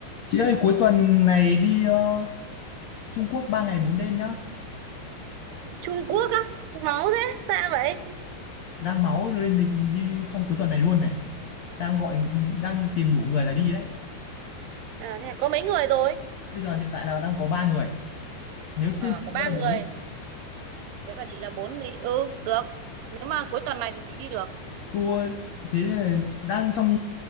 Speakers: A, on the left; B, on the right.
A: Chị ơi cuối tuần này đi ờ, Trung Quốc 3 ngày 4 đêm nhá.
B: Trung Quốc á máu thế xa vậy
A: Đang máu lên lịch đi trong cuối tuần này luôn này. Đang gọi đang tìm đủ người là đi đấy.
B: à, thế có mấy người rồi
A: Bây giờ hiện tại là đang có 3 người. Nếu
B: Ờ,
A: thêm chị
B: có
A: nữa
B: ba
A: là
B: người
A: bốn
B: nếu cả chị là bốn thì ừ được nếu mà cuối tuần này thì chị đi được
A: Tour thế là đang trong